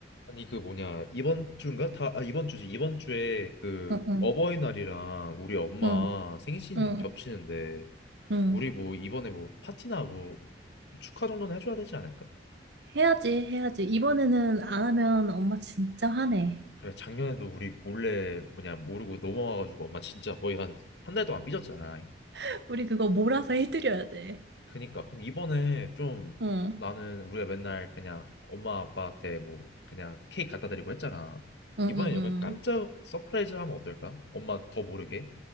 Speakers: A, on the left; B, on the right.
A: 아니 그 뭐냐 이번 주인가 다 아, 이번 주지 이번 주에 그
B: 응, 응,
A: 어버이날이랑 우리 엄마
B: 응,
A: 생신
B: 응,
A: 겹치는데
B: 응.
A: 우리 뭐 이번에 뭐 파티나 뭐 축하 정도는 해줘야 되지 않을까?
B: 해야지, 해야지. 이번에는 안 하면 엄마 진짜 화내.
A: 그래 작년에도 우리 몰래 뭐냐 모르고 넘어가가지고 엄마 진짜 거의 한 한 달 동안 삐졌잖아.
B: <laughs> 우리 그거 몰아서 해드려야 돼.
A: 그니까 그럼 이번에 좀
B: 응,
A: 나는 우리가 맨날 그냥 엄마 아빠한테 뭐 그냥 케이크 갖다 드리고 했잖아.
B: 응,
A: 이번엔
B: 응, 응.
A: 약간 깜짝 서프라이즈 하면 어떨까? 엄마 더 모르게.